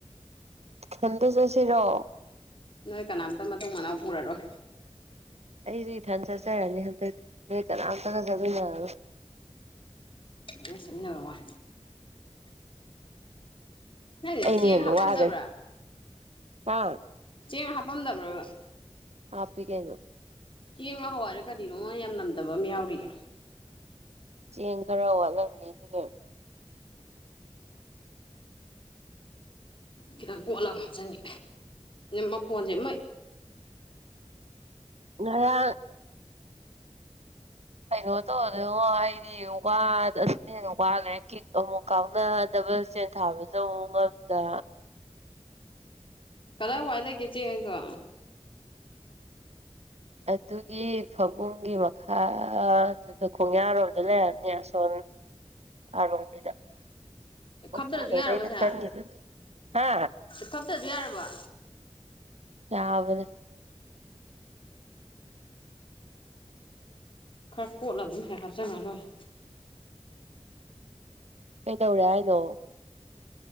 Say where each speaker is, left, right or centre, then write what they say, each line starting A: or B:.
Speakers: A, on the right; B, on the left.
A: ꯈꯟꯗ ꯆꯠꯁꯤꯔꯣ
B: ꯅꯣꯏ ꯀꯅꯥꯝꯇ ꯃꯇꯨꯡ ꯃꯅꯥꯎ ꯄꯨꯔꯔꯣꯏ
A: ꯑꯩꯗꯤ ꯏꯊꯟ ꯆꯠꯆꯔꯅꯤ ꯍꯟꯗꯛꯇꯤ ꯅꯣꯏ ꯀꯅꯥꯝꯇꯒ ꯆꯠꯃꯤꯟꯅꯔꯔꯣꯏ
B: ꯂꯣꯏ ꯆꯠꯃꯤꯟꯅꯕ ꯋꯥꯏ ꯅꯪꯖꯦ
A: ꯑꯩꯅ
B: ꯆꯦꯡ
A: ꯍꯦꯟꯅ
B: ꯍꯥꯞꯄꯝꯗꯕ꯭ꯔꯥ
A: ꯋꯥꯈ꯭ꯔꯦ ꯍꯥ
B: ꯆꯦꯡ ꯍꯥꯄꯝꯗꯕ꯭ꯔꯥ
A: ꯍꯥꯄꯤ ꯀꯩꯅꯣ
B: ꯆꯦꯡꯂꯥ ꯍꯋꯥꯏꯔ ꯀꯔꯤꯅꯣ ꯌꯥꯝ ꯅꯝꯗꯕ ꯑꯃ ꯌꯥꯎꯔꯤꯌꯦ
A: ꯆꯦꯡ ꯈꯔ ꯋꯥꯠꯂꯝꯅꯤ ꯑꯗꯨ
B: ꯈꯤꯇꯪ ꯀꯣꯠꯂꯒ ꯍꯥꯞꯆꯤꯟꯉꯦ ꯃꯐꯣꯟꯁꯦ ꯃꯩ
A: ꯃ ꯑꯣ ꯇꯣꯗꯣ ꯋꯥ ꯑꯁꯨꯝꯅ ꯍꯦꯟꯅ ꯋꯥꯈ꯭ꯔꯦ ꯀꯤꯛ ꯑꯃꯨꯛ ꯀꯥꯎꯅꯗꯕ ꯆꯦꯟ ꯊꯥꯕꯁꯨ ꯑꯃꯨ ꯉꯝꯗ
B: ꯀꯗꯥꯔ ꯋꯥꯏꯠ ꯂꯩꯒꯦ ꯆꯦꯡꯗꯣ
A: ꯑꯗꯨꯒꯤ ꯐꯕꯨꯡꯒꯤ ꯃꯈꯥ ꯑꯗꯨꯗ ꯈꯣꯡꯌꯥꯔꯣꯝꯗ ꯂꯩꯔꯅꯦ ꯁꯣꯝ ꯑꯔꯣꯕꯤꯗ
B: ꯈꯞꯇꯔꯁꯨ
A: ꯎ ꯂꯩꯕꯩꯅ
B: ꯌꯥꯔꯕꯁꯦ
A: ꯀꯪ ꯍꯥ
B: ꯈꯞꯇꯖꯨ ꯌꯥꯔꯕ
A: ꯌꯥꯕꯗ
B: ꯈꯔ ꯀꯣꯠꯂ ꯑꯗꯨꯝ ꯍꯥꯛ ꯍꯥꯞꯆꯜꯒ ꯂꯣꯏꯔꯦ
A: ꯑꯩꯩꯗꯧꯔꯦ ꯍꯥꯏꯅꯣ